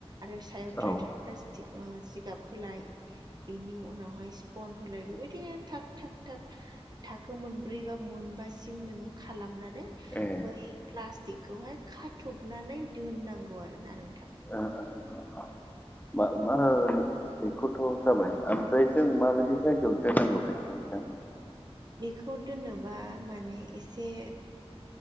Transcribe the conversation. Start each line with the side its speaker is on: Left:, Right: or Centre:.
Right: आरो सायथ्राय
Left: औ
Right: प्लास्टिक जिगाब होलाय बेनि उनावहाय फन हलाय बेबायदिनो थख थख थख थाखो मोनब्रै बा मोनबासिम नोङो खालामनानै
Left: ए
Right: बै प्लास्टिकखौहाय खाथबनानै दोननांगौ आरोना नोंथां
Left: म मा बेखौथ' जाबाय ओमफ्राय जों माबायदि जायगायावनो दोननांगौ बेखौ जों
Right: बेखौ दोननोबा माने एसे